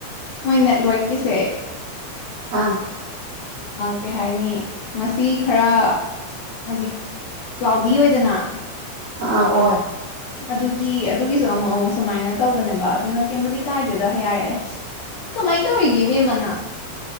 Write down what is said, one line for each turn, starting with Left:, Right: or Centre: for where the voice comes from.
Left: ꯃꯣꯏ ꯅꯦꯠꯋꯔꯛꯀꯤꯁꯦ
Right: ꯑꯥ
Left: ꯀꯩ ꯍꯥꯏꯥꯏꯅꯤ ꯉꯁꯤ ꯈꯔ ꯍꯥꯏꯗꯤ ꯀ꯭ꯂꯥꯎꯗꯤ ꯑꯣꯏꯗꯅ
Right: ꯑꯥ ꯍꯣꯏ
Left: ꯑꯗꯨꯒꯤ ꯑꯗꯨꯒꯤꯁꯨ ꯑꯃꯨꯛ ꯑꯃꯨꯛ ꯁꯨꯃꯥꯏꯅ ꯇꯧꯕꯅꯦꯕ ꯑꯗꯨꯅ ꯀꯦꯝꯕꯗꯤ ꯀꯥꯏꯗꯦꯗ ꯌꯥꯔꯦ ꯏ ꯀ ꯃꯩꯗꯧꯔꯤꯒ ꯦꯃꯅꯥ